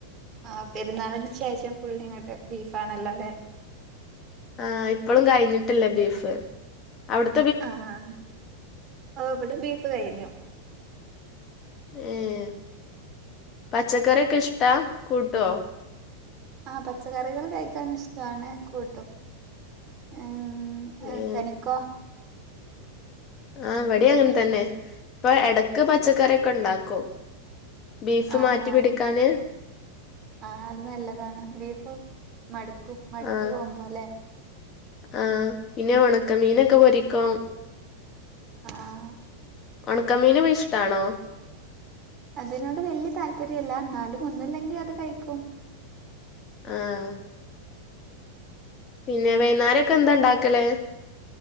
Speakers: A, on the right (about 25°); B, on the left (about 30°).
A: ആ പെരുന്നാളിന് ശേഷം ഫുൾ ഇങ്ങട്ട് ബീഫാണല്ലോ ല്ലേ.
B: ആ, ഇപ്പളും കഴിഞ്ഞിട്ടില്ല ബീഫ്. അവിടു
A: ആഹ് ആഹ് ഓഹ് ഇവിടെ ബീഫ് കഴിഞ്ഞു.
B: ഏഹ് പച്ചക്കറിക്കെഷ്ട്ടാ കൂട്ടോ
A: ആഹ് പച്ചക്കറികൾ കഴിക്കാനിഷ്ട്ടാണ് കൂട്ടും ഏഹ് ഏഹ്
B: ഏ
A: തനിക്കോ
B: ആഹ് വടീം അങ്ങൻതന്നെ പ്പൊ എടക്ക് പച്ചക്കറിക്കെണ്ടാക്കും ബീഫ്
A: ആഹ്
B: മാറ്റിപിടിക്കാന്
A: ആഹ് ആഹ് അത് നല്ലതാണ്. ബീഫ് മടുക്കും. മടുത്ത്
B: ആഹ്
A: പോകുമ്പോലെ
B: ആഹ് പിന്നെ ഒണക്ക മീനൊക്കെ പൊരിക്കും.
A: ആഹ്
B: ഒണക്കമീനും ഇഷ്ട്ടാണോ
A: അതിനോണ്ട് വല്ല്യ താല്പര്യല്ല ന്നാലും ഒന്നുംല്ലെങ്കിൽ അത് കഴിക്കും
B: ആഹ് പിന്നെ വൈന്നാരൊക്കെ ന്താ ണ്ടാക്കല്